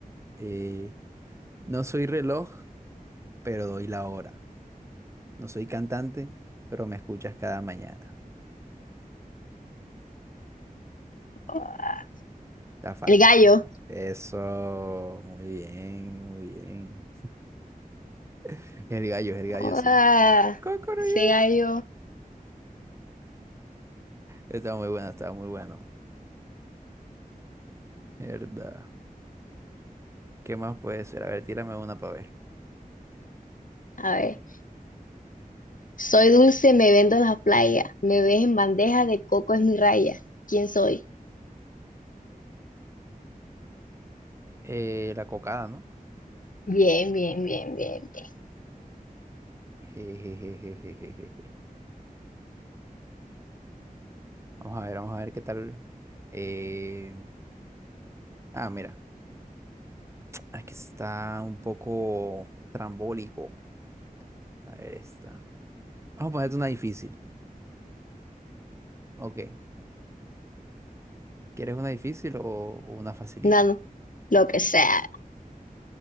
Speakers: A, on the right; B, on the left.
A: Eh, no soy reloj, pero doy la hora. No soy cantante, pero me escuchas cada mañana.
B: Ah.
A: Está fácil,
B: El gallo.
A: está fácil. Eso, muy bien, muy bien. Es El gallo, es el gallo,
B: Ah,
A: sí. Cocoroyo.
B: Ese gallo.
A: Está muy bueno, está muy bueno. Verdad. ¿Qué más puede ser? A ver, tírame una para ver.
B: A ver. Soy dulce, me vendo en la playa. Me ves en bandeja de coco es mi raya. ¿Quién soy?
A: Eh, la cocada, ¿no?
B: Bien, bien, bien, bien, bien.
A: Jejejejejejejejeje. Vamos a ver, vamos a ver qué tal. eh, Ah, mira, aquí está un poco trambólico. A ver, esta. Vamos a ponerte una difícil. Ok. ¿Quieres una difícil o, o una facilita?
B: Nada, lo que sea.